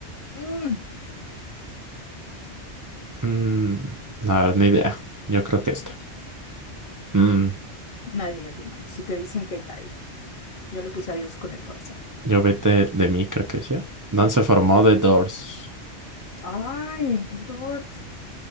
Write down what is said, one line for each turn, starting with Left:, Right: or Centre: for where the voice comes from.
Left: Mm,
Right: Mm, a ver, ni idea. Yo creo que esta. Mm,
Left: nadie le atinamos. Si te dicen que cae, yo le puse a Dios con el corazón.
Right: yo vete de mí, creo que decía. ¿Dónde se formó The Doors?
Left: Ay, The Doors.